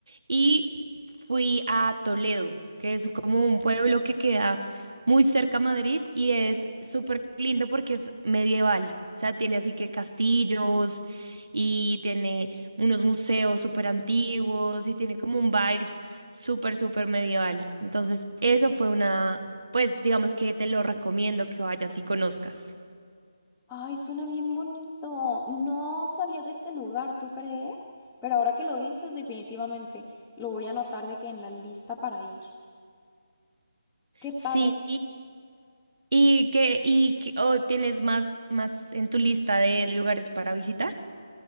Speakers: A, on the right (about 70°); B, in the centre.
A: y fui a Toledo, que es como un pueblo que queda muy cerca a Madrid y es súper lindo porque es medieval. O sea, tiene así que castillos y tiene unos museos súper antiguos y tiene como un vibe súper, súper medieval. Entonces, eso fue una, pues digamos que te lo recomiendo que vayas y conozcas.
B: Ay, suena bien bonito. No sabía de ese lugar, ¿tú crees? Pero ahora que lo dices, definitivamente lo voy a anotar de que en la lista para ir. Qué padre.
A: Sí, ¿Y qué, y qué- o tienes más, más en tu lista de lugares para visitar?